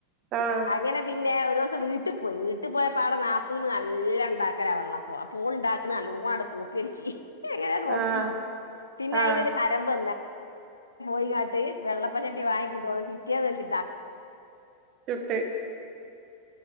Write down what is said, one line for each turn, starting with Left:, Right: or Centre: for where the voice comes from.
Right: ആഹ്
Left: അങ്ങനെ പിൻ ന്നെ ഒരുസം വീട്ടി പോയി വീട്ടി പോയപ്പം ഞങ്ങ നാത്തൂൻ നല്ലാണ്ടാക്കല വെള്ള പ്പം പ്പൊം ഓ ള് ണ്ടാക്കണ നല്ലോണം കൂ <unintelligible> നോക്കി
Right: ആഹ്
Left: പിന്നെ
Right: ആഹ്
Left: ആയിന് ഹരപോ <unintelligible> വെള്ളപ്പ ചട്ടി വാങ്ങി കൊണ്ട് <unintelligible> കിട്ടിയാല് വെച്ച്ട്ട
Right: ത്തുട്ട്